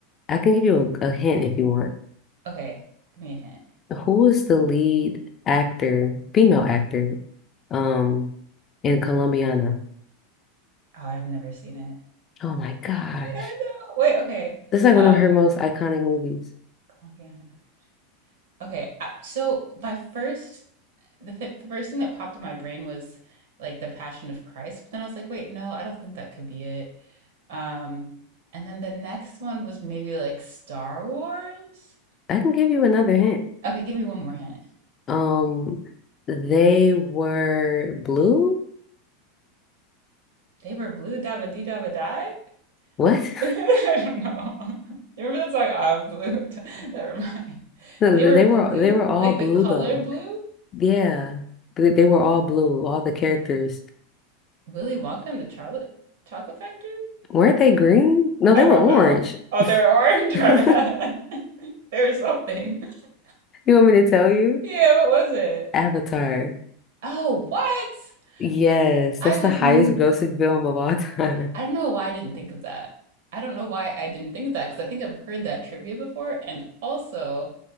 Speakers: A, on the left (about 25°); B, on the right (about 75°).
A: I can give you a, a hint if you want.
B: Okay. Give me a hint.
A: Who is the lead actor, female actor, um, in Colombiana?
B: Oh, I've never seen it.
A: Oh my gosh.
B: Yeah, I know. Wait, okay.
A: This is like
B: Um,
A: one of her most iconic movies.
B: Colombiana. Okay. I- So my first the th the first thing that popped in my brain was like the Passion of Christ, but then I was like, wait, no, I don't think that could be it. Um, and then the next one was maybe like Star Wars.
A: I can give you another hint.
B: Okay, give me one more hint.
A: Um, they were blue?
B: They were blue dabba dee dabba die.
A: What?
B: <laughs>
A: <laughs>
B: I don't know. <laughs> You remember that song? I'm blue. <laughs> Never mind.
A: No,
B: They
A: They
B: were blue,
A: were they were all
B: like
A: blue
B: the color
A: though.
B: blue.
A: Yeah. They they were all blue, all the characters.
B: Willy Wonka and the Charlotte Chocolate Factory.
A: Weren't they green? No,
B: I
A: they
B: don't
A: were orange.
B: know. Oh, they were orange.
A: <laughs>
B: <laughs> My
A: You
B: bad. <laughs> They were something. <laughs>
A: want me to tell you?
B: Yeah, what was it?
A: Avatar.
B: Oh, what?
A: Yes,
B: I
A: that's
B: was,
A: the highest
B: n-
A: grossing film of all <laughs> time.
B: I don't know why I didn't think of that. I don't know why I didn't think of that because I think I've heard that trivia before. And also,